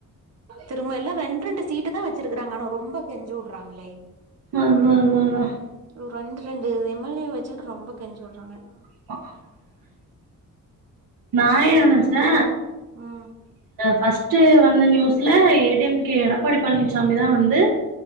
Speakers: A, on the right; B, on the right.
A: திரும்ப எல்லாம் ரெண்டு ரெண்டு சீட்டு தான் வச்சிருக்கறாங்க ஆனா ரொம்ப கெஞ்ச விடுறாங்களே
B: அதான் ‌ அதான் அதான்
A: ஒரு ரெண்டு ரெண்டு எம்எல்ஏ வச்சுக்கிட்டு ரொம்ப கெஞ்ச விடுறாங்க
B: <inaudible> நா எ நெனச்சே
A: ம்
B: ஃபஸ்ட்டு வந்த நியூஸ்ல ஏடிஎம் கே எடப்பாடி பழனிசாமி தா வந்து